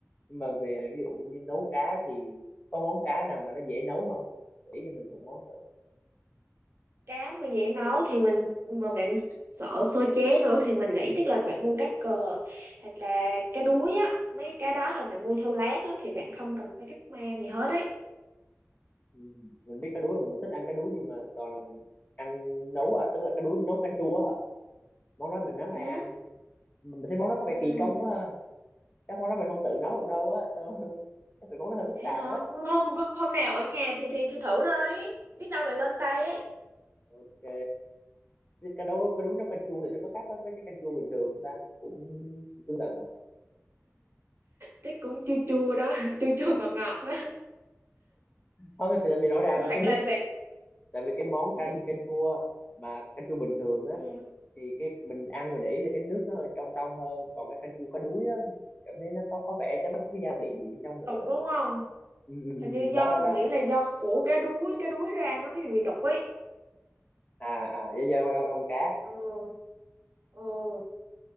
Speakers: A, on the left (about 30°); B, on the right (about 50°).
A: nhưng mà về ví dụ như nấu cá thì có món cá nào mà nó dễ nấu không chỉ cho mình một món thử
B: cá mà dễ nấu thì mình mà bạn sợ sơ chế nữa thì mình nghĩ chắc là bạn mua cá cờ hoặc là cá đuối á mấy cái cá đó là bạn mua theo lát á thì bạn không cần phải cắt mang gì hết đấy
A: ừ. mình biết cá đuối mình cũng thích ăn cá đuối nhưng mà toàn là mình ăn nấu à tức là cá đuối nấu canh chua á hả món đó mình nó hay
B: ừ
A: ăn mình thấy món đó có
B: ừ
A: vẻ kỳ công quá ha chắc món đó mình không tự nấu được đâu á Sao- <laughs> chắc phải món nó hơi phức
B: vậy
A: tạp
B: hả
A: á
B: hôm hôm nào ở nhà thì thì thử thử đi biết đâu lại lên tay ấy
A: ok cái cá đuối cá đuối nấu canh chua thì nó có khác với cái cái canh chua bình thường không ta cũng cũng tương tự hả
B: chắc cũng chua chua đó <laughs> chua chua ngọt ngọt đó
A: không thì tại vì rõ ràng
B: hoặc
A: là cái nước
B: là bạn
A: tại vì cái món
B: ừ,
A: canh canh chua mà canh chua bình thường á
B: ừ,
A: thì cái mình ăn mình để ý là cái nước nó hơi trong trong hơn còn cái canh chua có đuối á cảm thấy nó có có vẻ chắc nó có cái gia vị gì bên trong nữa
B: đục đúng không
A: ừ, ừ, ừ,
B: hình như
A: ừ,
B: do
A: đó đó
B: mình
A: đó
B: nghĩ
A: đó
B: là do của cá đuối cá đuối ra nó mới bị đục ấy
A: à à da da con con cá
B: ừ ừ